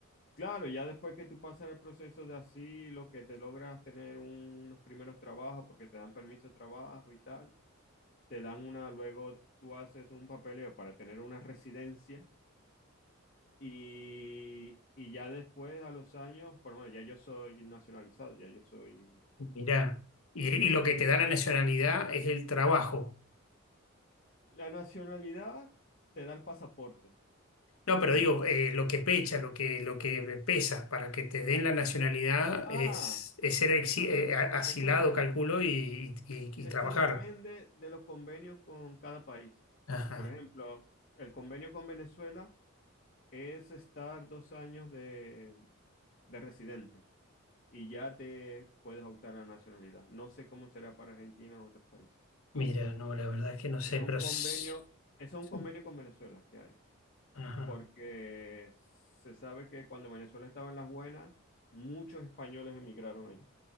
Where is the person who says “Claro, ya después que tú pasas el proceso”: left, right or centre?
Left